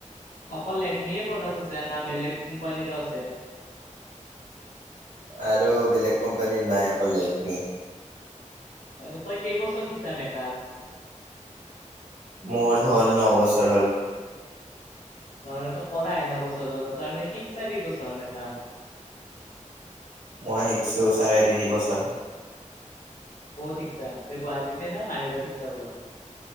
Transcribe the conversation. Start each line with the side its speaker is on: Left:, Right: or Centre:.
Left: অকল লেক মি প্ৰডাক্ট আছে না বেলেগ কোম্পানীৰো আছে
Right: আৰু বেলেগ কোম্পানীৰ নাই অকল এইটোৱেই।
Left: এনে তই কেইবছৰ শিকিছা মেকাআপ?
Right: মোৰ হ'ল নবছৰ হ'ল।
Left: নহয় নহয় ত কৰাহে নবছৰ হ'ল তই মানে শিকছা কেইবছৰ মেকাপ।
Right: মই শিকছো চাৰে তিনি বছৰ।
Left: কত শিকছা গুৱাহাটীতে না বাহিৰত শিকছা ক'বাত?